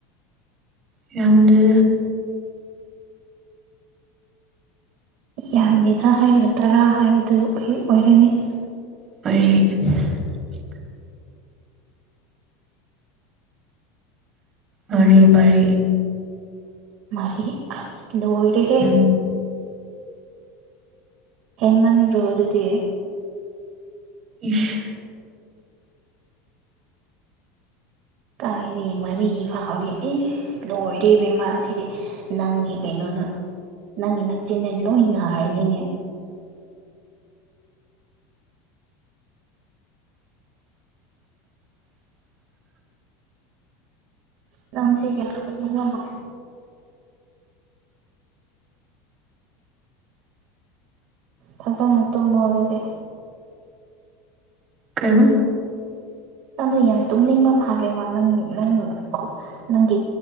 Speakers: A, on the right (about 35°); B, on the right (about 55°).
A: ꯌꯥꯎꯗ
B: ꯌꯥꯝꯗꯦꯗ ꯍꯥꯏꯔꯒ ꯇꯔꯥ ꯍꯥꯏꯕꯗꯨ ꯑꯣꯢ ꯑꯣꯏꯔꯅꯤ
A: <unintelligible> ꯃꯔꯤ ꯃꯔꯤ
B: ꯃꯔꯤ ꯑꯁ ꯂꯣꯏꯔꯦꯍꯦ
A: ꯎꯝ
B: ꯍꯦꯟꯃꯟꯗ꯭ꯔꯣ ꯑꯗꯨꯗꯤ
A: ꯏꯁ
B: ꯀꯥꯏꯗꯒꯤ ꯃꯔꯤ ꯐꯥꯎꯗꯤ ꯏꯁ ꯂꯣꯏꯔꯤꯕ ꯏꯃ ꯁꯤꯗꯤ ꯅꯪꯒꯤ ꯀꯩꯅꯣꯗ ꯅꯪꯒꯤ ꯅꯛꯆꯤꯟꯅ ꯂꯣꯏ ꯅꯥꯔꯅꯤꯅꯦ
A: <unintelligible>
B: ꯅꯪ ꯁꯤꯒꯤ ꯌꯝ ꯇꯨꯝꯅꯤꯡꯕ ꯃꯥꯂꯤ ꯐꯖꯅ ꯇꯨꯝꯃꯣ ꯑꯗꯨꯗꯤ
A: ꯀꯩꯕ
B: ꯅꯪꯗꯣ ꯌꯥꯝ ꯇꯨꯝꯅꯤꯡꯕ ꯃꯥꯜꯂꯦꯕ ꯅꯪ ꯅꯪ ꯈꯣ ꯅꯪꯒꯤ